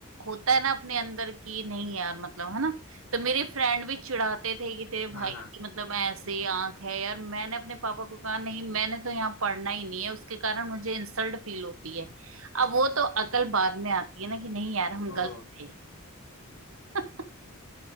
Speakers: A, on the right; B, on the left.
A: होता है ना अपने अंदर की नहीं यार मतलब है ना तो मेरे फ्रेंड भी चिढ़ाते थे कि तेरे भाई
B: हाँ हाँ
A: की मतलब ऐसे आंख है यार मैंने अपने पापा को कहा नहीं मैंने तो यहाँ पढ़ना ही नहीं है उसके कारण मुझे इंसल्ट फील होती है अब वो तो अकल बाद में आती है ना कि नहीं यार हम गलत
B: ओ
A: थे <laughs>